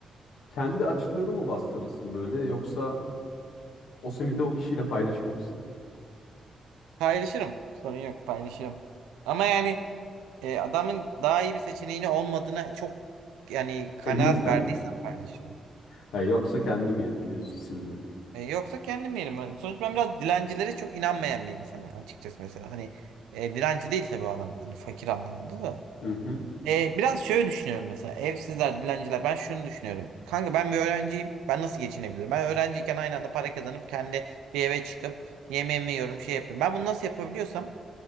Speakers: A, on the left; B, on the right.
A: Kendi açlığını mı bastırırsın böyle yoksa o simiti o kişiyle paylaşır mısın?
B: Paylaşırım. Sorun yok paylaşırım. Ama yani e, adamın daha iyi bir seçeneğini olmadığına çok yani kanaat
A: Emin sen
B: verdiysem
A: mi?
B: paylaşırım.
A: Ha, yoksa kendim yerim diyorsun simidi.
B: E, yoksa kendim yerim. Yani Sonuçta ben biraz dilencilere çok inanmayan bir insanım açıkçası mesela. Hani e, dilenci değil tabii o adam. Hani fakir anlamında da.
A: Hı hı.
B: E, biraz şöyle düşünüyorum mesela evsizler, dilenciler ben şunu düşünüyorum. Kanka ben bir öğrenciyim. Ben nasıl geçinebilirim? Ben öğrenciyken aynı anda para kazanıp kendi bir eve çıkıp yemeğimi yiyorum şey yapıyorum. Ben bunu nasıl yapabiliyorsam